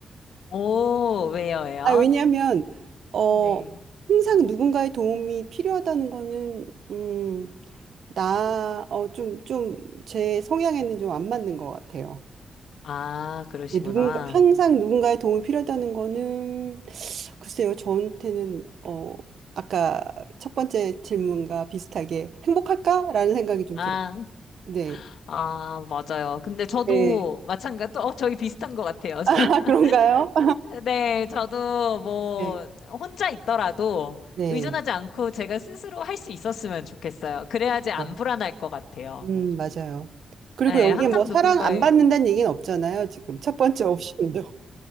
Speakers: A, on the left; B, on the right.
A: 오, 왜요, 왜요?
B: 아, 왜냐하면, 어,
A: 네.
B: 항상 누군가의 도움이 필요하다는 거는, 음, 나, 어, 좀, 좀, 제 성향에는 좀 안 맞는 것 같아요.
A: 아, 그러시구나.
B: 네, 누군가, 항상 누군가의 도움이 필요하다는 거는 글쎄요, 저한테는 어 아까 첫 번째 질문과 비슷하게 행복할까라는 생각이 좀
A: 아,
B: 들어요. 네.
A: 아, 맞아요. 근데 저도
B: 네.
A: 마찬가지, 어, 저희 비슷한 것 같아요.
B: <laughs> 아,
A: <laughs>
B: 그런가요?
A: 네, 저도 뭐,
B: 네.
A: 혼자 있더라도
B: 네.
A: 의존하지 않고 제가 스스로 할 수 있었으면 좋겠어요. 그래야지 안
B: 어,
A: 불안할 것 같아요.
B: 음, 맞아요. 그리고
A: 네,
B: 여기에
A: 항상
B: 뭐 사랑
A: 누군가의,
B: 안 받는다는 얘기는 없잖아요, 지금. 첫 번째 옵션도.